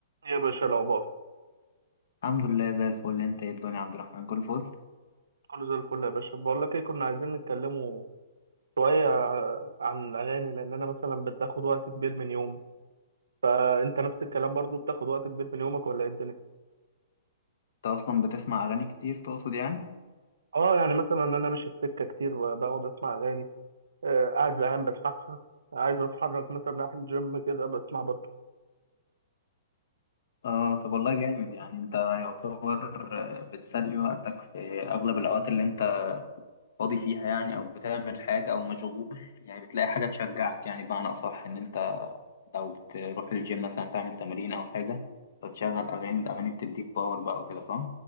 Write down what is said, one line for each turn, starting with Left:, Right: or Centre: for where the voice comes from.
Right: يا باشا الأخبار
Left: الحمد لله زي الفل انت ايه الدنيا يا عبد الرحمن كل فل
Right: كله زي الفل يا باشا بقول لك إيه كنا عايزين نتكلموا شوية ع- عن الأغاني لأن أنا مثلا بتاخد وقت كبير من يومي فأنت نفس الكلام برضو بتاخد وقت كبير من يومك ولا إيه الدنيا؟
Left: انت اصلا بتسمع اغاني كتير تقصد يعني
Right: أه يعني مثلا أنا ماشي في سكة كتير ب- بقعد أسمع أغاني آه، قاعد زهقان بسمعها عايز أتحرك مثلا رايح الجيم كده بسمع برضو
Left: اه طب والله جامد يعني انت يعتبر آه، بتسلي وقتك في اغلب الاوقات اللي انت فاضي فيها يعني او بتعمل حاجه او مشغول يعني بتلاقي حاجه تشجعك يعني بمعنى اصح ان انت لو بتروح الجيم مثلا تعمل تمارين او حاجه فتشغل اغاني الاغاني بتديك باور بقى وكده صح